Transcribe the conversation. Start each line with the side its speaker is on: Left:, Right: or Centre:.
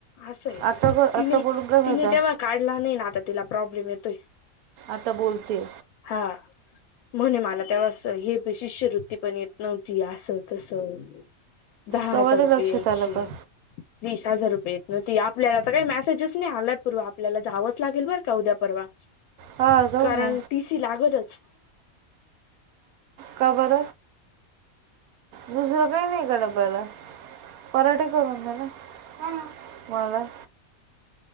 Left: असं आहे
Right: आता आता
Left: तिने
Right: बोलून काय
Left: तिने
Right: फयदा
Left: तेव्हा काढला नाही ना आता तिला प्रॉब्लेम येतोय
Right: आता बोलते
Left: हा म्हणे मला तेव्हा अस हे शिष्यवृत्ती पण येत नव्हती असं तसं दहा
Right: तेव्हा
Left: हजार
Right: ते
Left: रुपये
Right: लक्षात
Left: यायची
Right: आलं का
Left: वीस हजार रुपये न आपल्याला तर काही मेसेजेस नाही आलाय पूवा आपल्याला जावंच लागेल बर का उद्या परवा
Right: हा जाऊ
Left: कारण
Right: ना
Left: टी सी लागतच
Right: का बर दुसरं काही नाही का डब्याला पराठे करून दे ना मला